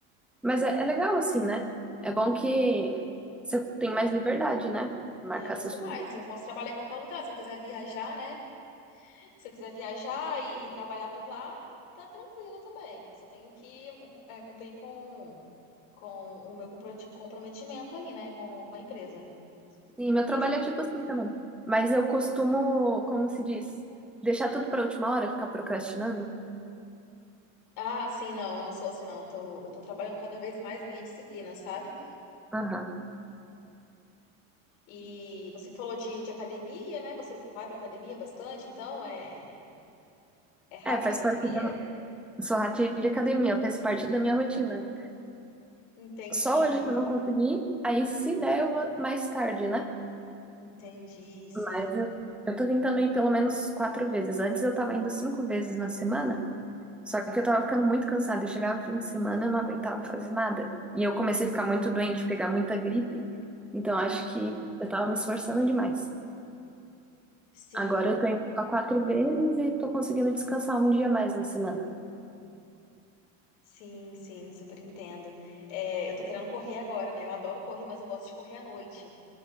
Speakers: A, in the centre; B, on the left (about 85°).
A: Mas é, é legal assim, né? É bom que você tem mais liberdade, né? Marcar
B: É muito
A: seus coisas
B: mais. Eu posso trabalhar em qualquer lugar. Se eu quiser viajar, né? Se eu quiser viajar e, e trabalhar por lá, tá tranquilo também. Só tenho que é, cumprir com, com o meu comprometi- comprometimento ali, né, com, com a empresa.
A: Sim, meu trabalho
B: Enfim.
A: é tipo assim também. Mas eu costumo, como se diz, deixar tudo para última hora, ficar procrastinando.
B: Ah, sim, não, eu não sou assim, não. Eu tô, eu tô trabalhando cada vez mais minha disciplina, sabe?
A: Aham.
B: E você falou de, de academia, né? Você vai pra academia bastante, então é, é rata
A: É, faz
B: de academia?
A: parte da. Sou ratinho de academia, faz parte da minha rotina.
B: Entendi,
A: Só hoje que eu não consegui, aí se der eu vou mais tarde, né?
B: entendi, sim.
A: Mas eu, eu tô tentando ir pelo menos quatro vezes. Antes eu tava indo cinco vezes na semana. Só que eu tava ficando muito cansada. Eu chegava no fim de semana, eu não aguentava fazer nada. E eu comecei a ficar muito doente, pegar muita gripe. Então acho
B: Uhum.
A: que eu tava me esforçando demais.
B: Sim.
A: Agora eu tô indo só quatro vezes e tô conseguindo descansar um dia a mais na semana.
B: Sim, sim, super entendo. É, eu tô querendo correr agora, né? Eu adoro correr, mas eu gosto de correr à noite.